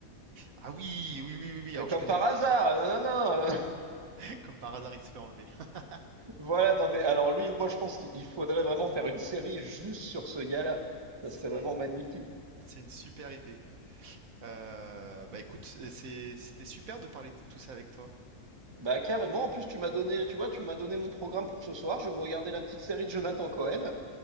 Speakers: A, on the right; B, on the right.
A: Ah oui, oui, oui, oui, oui.
B: Et
A: Alors,
B: Comme
A: je connais,
B: par hasard, non, non, non, non.
A: <laughs> comme par hasard, il se fait enlever. <laughs>
B: <laughs> Voilà, non, mais alors lui, moi, je pense qu'il il faudrait vraiment faire une série juste sur ce gars-là.
A: C'est,
B: Ça serait vraiment magnifique.
A: c'est une super idée. Heu, bah, écoute, c'est c'était super de parler de tout ça avec toi.
B: Bah carrément, en plus tu m'as donné, tu vois, tu m'as donné mon programme pour ce soir, je vais me regarder la petite série de Jonathan Cohen.